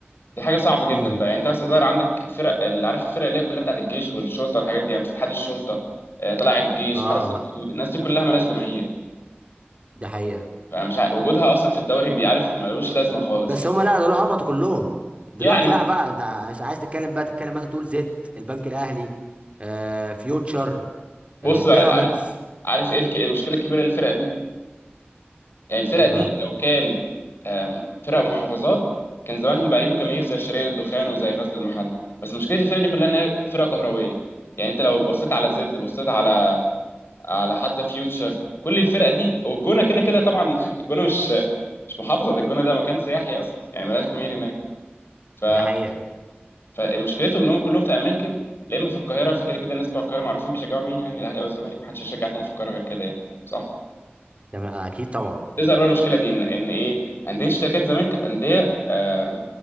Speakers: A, on the left (about 65°); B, on the right (about 30°).
A: دي حاجه صعبه جدا
B: امم
A: بقى يعني انت مثلا ظاهر عندك فرق اللي عارف الفرق اللي هي كلها بتاعت الجيش والشرطه والحاجات دي يعني مثلا اتحاد الشرطه آه، طلائع الجيش
B: اه
A: حرس الحدود الناس دي كلها مالهاش جماهير
B: ده حقيقة
A: فمش ع- وجودها اصلا في الدوري بيعرف ملوش لازمه خالص
B: بس
A: يعني
B: هما لا دول هبطوا كلهم دلوقتي
A: يعني بس
B: لا بقى انت عايز عايز تتكلم بقى تتكلم مثلا تقول زد البنك الاهلي آه فيوتشر
A: بص
B: آه بيراميدز
A: بقى عارف عارف ايه الك- المشكله الكبيره للفرق دي يعني الفرقة
B: ايه
A: دي
B: بقى
A: لو كانت آم، فرق محافظات كان زمانهم بقى ليهم جماهير زي شرقية الدخان وزي غزل المحلة بس مشكلة الفرقة دي كلها إن هي فرقة كهروية يعني أنت لو بصيت على زد بصيت على على حتى فيوتشر كل الفرقة دي والجونة كده كده طبعا <laughs> الجونة مش مش محافظة ده الجونة ده مكان سياحي أصلا يعني ملهاش جماهير هناك ف...
B: ده حقيقة
A: فمشكلتهم إن هم كلهم في أماكن لا إما في القاهرة فكده كده الناس بتوع القاهرة معروفين بيشجعوا مين يعني الأهلي أو الزمالك محدش يشجع تاني في القاهرة غير كده يعني صح
B: تمام اكيد طبعا
A: تظهر بقى المشكله دي ان ان ايه انديه الشركات زمان كانت انديه آه،